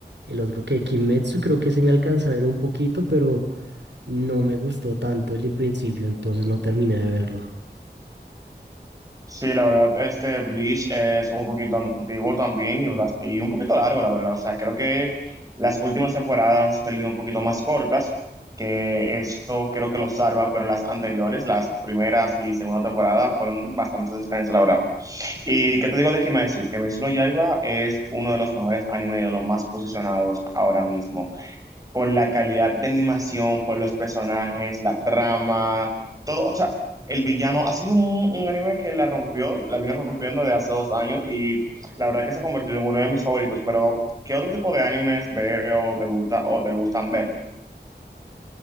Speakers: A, on the right; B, on the right.
A: El otro que Kimetsu, creo que se me alcanza a ver un poquito, pero no me gustó tanto el principio, entonces no terminé de verlo.
B: Sí, la verdad, este Bleach es un poquito antiguo también y, bas- y un poquito largo, la verdad. O sea, creo que las últimas temporadas han salido un poquito más cortas, que eso creo que lo salva, pero las anteriores, las primeras y segunda temporada, fueron bastante extensas, la verdad. ¿Y qué te digo de Kimetsu? Kimetsu no Yaiba es uno de los mejores animes y de los más posicionados ahora mismo por la calidad de animación, por los personajes, la trama, todo, o sea, el villano ha sido un, un anime que la rompió, la vino rompiendo de hace dos años y la verdad que se ha convertido en uno de mis favoritos, pero ¿qué otro tipo de animes veo, o te gusta o te gustan ver?